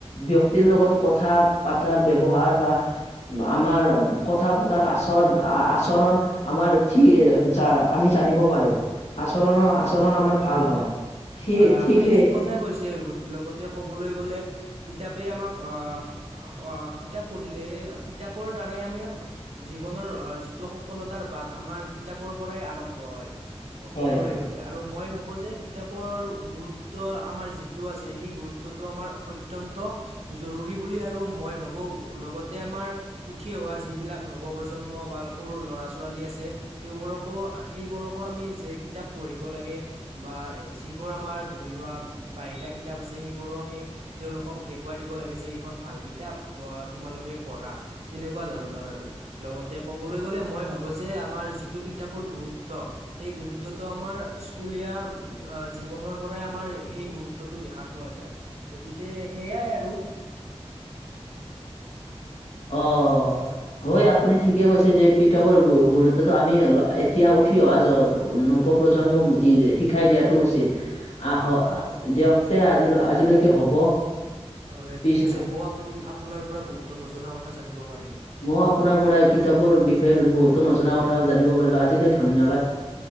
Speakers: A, on the left; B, on the right.
A: ব্যক ক্তিৰ লগত কথা পাতাৰ ব্যৱহাৰ বা আমাৰ কথা পতাৰ আচৰ-আচৰণ আমাৰ <unintelligible> আমি জানিব পাৰো। আচৰণৰ-আচৰণ আমাৰ ভাল হয়। সি
B: হয়, হয়, আপুনি
A: সেই
B: ঠিক কথাই কৈছে। লগতে ক'বলৈ গ'লে কিতাপে আমাক অ', কিতাপ পঢ়িলে কিতাপৰ দ্বাৰাই আমাৰ জীৱনৰ যিটো সফলতাৰ বাট, আমাৰ কিতাপৰ পৰাই আৰম্ভ হয়।
A: হয়
B: ক'বলৈ
A: হয়
B: গ'লে আৰু মই ভাবো যে কিতাপ পৰ গুৰুত্ব আমাৰ যিটো আছে, সেই গুৰুত্বটো আমাৰ অত্যন্ত জৰুৰী বুলি আৰু মই ভাবো, লগতে আমাৰ উঠি অহা যিবিলাক নৱ-প্ৰজন্ম বা সৰু ল'ৰা-ছোৱালী আছে তেওঁবোৰকো, সেইবোৰকো আমি যে কিতাপ পঢ়িব লাগে বা যিবোৰ আমাৰ ধৰি লোৱা, বাহিৰা কিতাপ আছে সেইবোৰো আমি তেওঁলোকক দেখুৱাই দিব লাগে যে, এইখন ভাল কিতাপ তোমালোকে পঢ়া। তেনেকুৱা ধৰণৰ আৰু। লগতে কবলৈ গ'লে, মই ভাবো যে, আমাৰ যিটো কিতাপৰ গুৰুত্ব সেই গুৰুত্বটো আমাৰ স্কুলীয়া জীৱনৰ পৰাই আমাৰ সেই গুৰুত্বতটো দেখা পোৱা যায়, গতিকে সেইয়াই আৰু।
A: অ, হয়, আপুনি ঠিকে কৈছে, যে <unintelligible> গুৰুত্বটো আমি এতিয়া উঠি অহা নৱ-প্ৰজন্মক দি শিকাই দিয়াটো উচিত। আহ, আহ, দিয়ক তে আজিল আজিলৈকে হ'ব।
B: হয়, হয়,
A: পিছ
B: ঠিক আছে। মইও আপোন আপোনাৰ পৰা বহুতো নজনা কথা জানিব পাৰিলো
A: মই ও আপোনাৰ পৰা কিতাপৰ বিষয়ে বহুতো নজনা কথা জানিব পাৰিলোঁ। আজিলৈ ধন্যবাদ। <inaudible>